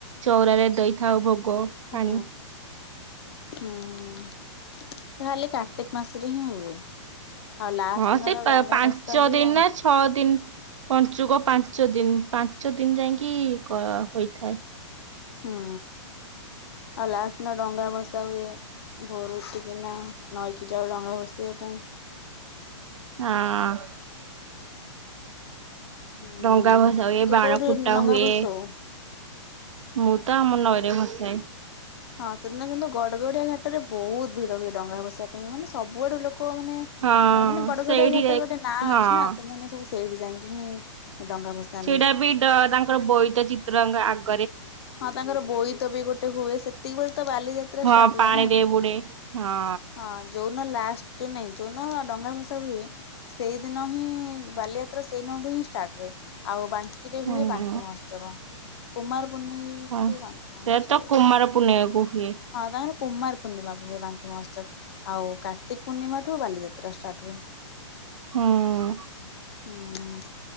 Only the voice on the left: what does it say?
ହୁଁ
ହୁଁ ତାଲେ କାର୍ତିକ ମାସରେ ହିଁ ହୁଏ। ଆଉ ଲାଷ୍ଟ
ଦିନ
ତ ଡଙ୍ଗା
ଭସା ହୁଏ
ଆଉ
ହୁଁ ଆଉ ଲାଷ୍ଟ ନା ଡଙ୍ଗା ଭସା ହୁଏ। ଭୋରଠିକିନା ନଈକି ଜାଉ ଡଙ୍ଗା ଭସାଇବା କୁ।
ହୁଁ
ତୁ
କୋଉଠି
ଡଙ୍ଗା
ଭସଉ?
ହଁ ସେଦି କିନ୍ତୁ ଗଡଗଡିଆ ଘାଟ ରେ ବହୁତ ଭିଡ ହୁଏ ଡଙ୍ଗାଭସିବା ପାଇଁ ମାନେ ସବୁଆଡୁ ଲୋକ ଲୋକ ମାନେ
ମାନେ ଗଡଘଡିଆ
ଘାଟ
ଗୋଟେ ନାଁ
ଅଛି ନା ସେମାନେ ସବୁ ସେଇଠି ଯାଇକି ଡଙ୍ଗା ଭସାନ୍ତି।
ହଁ ତାଙ୍କର ବୋଇ ତ ବି ଗୋଟେ ହୁଏ ସେତିକି ବେଳେ ତ ବାଲିଯାତ୍ରା
ଷ୍ଟାର୍ଟ
ହୁଏ ନା
ହଁ ଯୋଉ ଲାଷ୍ଟ ଯୋଉ ନାହିଁ ଯୋଉ ଦିନ ଡଙ୍ଗା ଭସା ହୁଏ ସେଇଦିନ ହିଁ ବାଲିଯାତ୍ରା ସେଇ ଦିନଠୁ ହିଁ ଷ୍ଟାର୍ଟ ହୁଏ ଆଉ ଆଉ ବା ରାତିରେ
ହୁଏ ବାଙ୍କି ମହୋତ୍ସବ। କୁମାର ପୂର୍ଣ୍ଣେଇଠୁ
ବାଙ୍କି ମହୋତ୍ସବ।
ହଁ ତା କୁମାର ପୂର୍ଣ୍ଣିମାକୁ ହୁଏ ବାଙ୍କି ମହୋତ୍ସବ ଆଉ କାର୍ତ୍ତିକ ପୂର୍ଣ୍ଣିମା ଠୁ ବାଲିଯାତ୍ରା ଷ୍ଟାର୍ଟ ହୁଏ।
ହୁଁ।